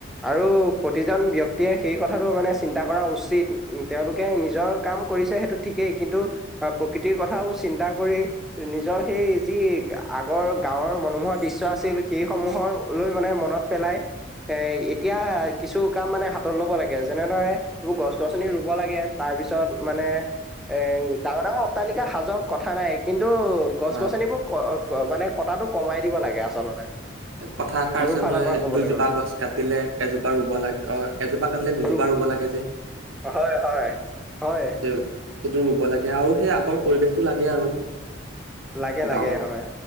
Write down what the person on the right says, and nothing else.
হয়।
কথা এষাৰ
আছে
নহয়
দুজোপা
গছ কাটিলে এজোপা ৰুব লাগে অ এজোপা কাটিলে দুজোপা
লাগে যে
সেই সেইটো ৰুব লাগে আৰু সেই আগৰ পৰিবেশতটো লাগে আৰু
গাঁৱৰ